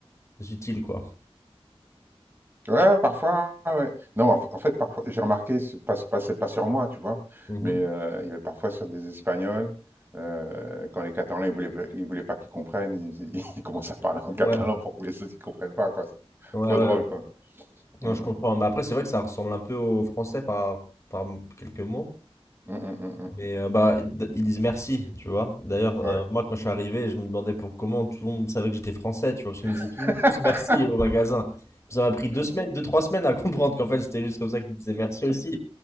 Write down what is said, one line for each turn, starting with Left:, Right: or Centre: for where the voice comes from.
Left: utile, quoi.
Right: Ouais, parfois, ouais. ouais. Non, en fa- en fait, parfois, j'ai remarqué, c'est pas, c'est pas, c'est pas sur moi, tu vois,
Left: Mhm.
Right: mais euh, il y avait parfois sur des Espagnols, euh, quand les Catalans, ils voulaient, ils voulaient pas qu'ils comprennent, ils, <laughs> ils commencent à parler en catalan
Left: Ouais,
Right: pour que les autres, ils comprennent pas, quoi. C'est
Left: ouais,
Right: trop
Left: ouais.
Right: drôle, quoi. Mm,
Left: Non, je comprends. Mais après, c'est vrai que ça ressemble un peu au français par, par quelques mots.
Right: mm, mm, mm, mm,
Left: Mais euh, bah, d- ils disent merci, tu vois. D'ailleurs,
Right: mm.
Left: euh,
Right: Ouais.
Left: moi, quand je suis arrivé, je me demandais pour comment tout le monde savait que j'étais français, tu vois, parce qu'ils me
Right: <laughs>
Left: disaient tous, tous merci au magasin. Ça m'a pris deux semaines, deux, trois semaines à comprendre qu'en fait, c'était juste comme ça qu'ils me disaient merci aussi.